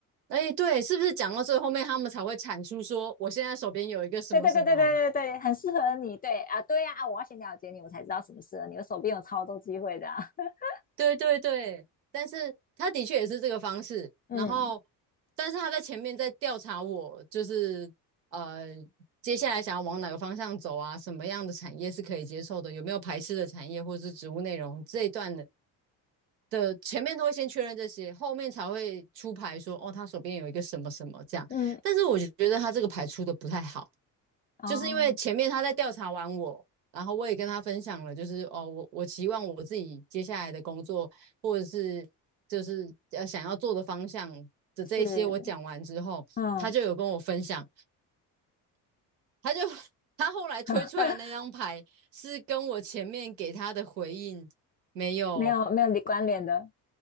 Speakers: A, on the right; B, on the left.
A: 哎，对，是不是讲到最后面他们才会产出说我现在手边有一个什么什么？
B: 对对对对对对对，很适合你。对啊，对呀啊，我要先了解你，我才知道什么适合你。我手边有超多机会的啊。<laughs>
A: 对对对，但是他的确也是这个方式，
B: 嗯
A: 然后但是他在前面在调查我，就是呃接下来想要往哪个方向走啊，什么样的产业是可以接受的，有没有排斥的产业或是植物内容这一段的的前面都会先确认这些，后面才会出牌说哦，他手边有一个什么什么这样。
B: 嗯，
A: 但是我觉得他这个牌出的不太好，
B: 哦，
A: 就是因为前面他在调查完我，然后我也跟他分享了，就是哦，我我期望我自己接下来的工作或者是就是呃想要做的方向的这一些，
B: 是，
A: 我讲完之后，
B: 嗯，
A: 他就有跟我分享，他就他后来推出来的那张牌是跟我前面给他的回应没有
B: <laughs> 没有没有你关联的。